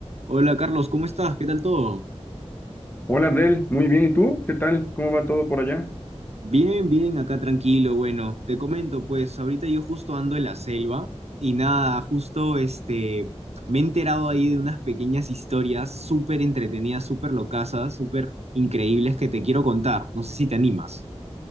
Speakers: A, on the right (about 65°); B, on the left (about 15°).
A: Hola Carlos, ¿cómo estás? ¿Qué tal todo?
B: Hola Abdel, muy bien, ¿y tú? ¿Qué tal? ¿Cómo va todo por allá?
A: Bien, bien, acá tranquilo. Bueno, te comento, pues ahorita yo justo ando en la selva y nada, justo este, me he enterado ahí de unas pequeñas historias súper entretenidas, súper locasas, súper increíbles que te quiero contar. No sé si te animas.